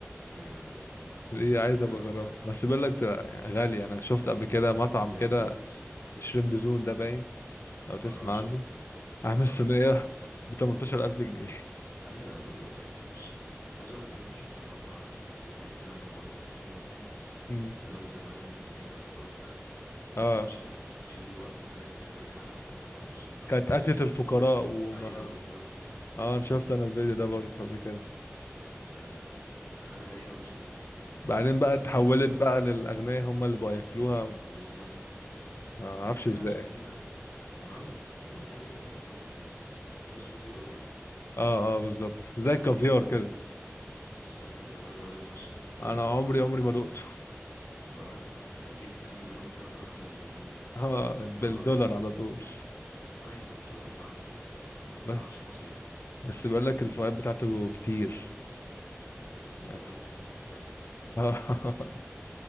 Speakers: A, on the left; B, on the left.
A: ايوه ايوه جميل
B: دي عايز
A: عايز
B: ابقى
A: اجربها
B: اجربها
A: فعلا
B: بس بيقول لك ده يعني غالي انا شفت قبل كده مطعم
A: غالية
B: كده
A: موت
B: شريمب زون ده باين لو تسمع
A: اه شفته
B: عنه عامل
A: اه
B: صينيه
A: سمعت عنه
B: <laughs> ب 18000 جنيه
A: ايوه بيقولوا فات يا باشا عايز اقول لك انا شفت مرة حد كان بيتكلم مع حوار التكسر ده اصلا
B: مم.
A: بيقول زمان ان هي في اوروبا يعني.
B: اه
A: مش عارف كان في وقت كده كان في مجاعة أو حاجة ما أعرفش ما أعرفش
B: كانت
A: تفاصيل
B: أكلة
A: بالظبط
B: الفقراء وما
A: أيوه بالظبط
B: اه انا شفت
A: كان
B: انا الفيديو ده برضه قبل كده
A: ما حاجة غريبة مش كده بجد
B: بعدين
A: يعني
B: بقى
A: الدنيا
B: اتحولت
A: مش طبيعية
B: بقى للأغنياء هم اللي بقى ياكلوها آه،
A: بالظبط
B: معرفش
A: هتلاقيها
B: ازاي
A: عشان هي ما أنا أقول لك دايما الحاجة الغالية بتكون قليلة بس هتلاقي الزجاجة دي قليلة
B: اه اه بالظبط
A: بس مش
B: زي
A: زي
B: الكافيار
A: السمك
B: كده
A: العادي بالظبط كفر ده قليل فشخ
B: انا
A: ف
B: عمري عمري
A: بم-
B: ما دقته
A: ولا أنا أصل هجيب كام جرام كده برقم ابن لذينة
B: <laughs> اه
A: دولار
B: بالدولار
A: أصلا
B: على طول
A: أيوه الدولار ما بي ما بيتسعرش
B: بس
A: مصري ده
B: بس بيقول لك الفوائد بتاعته كتير
A: يا اسطى
B: يعني
A: ده بيت سمك في الآخر
B: اه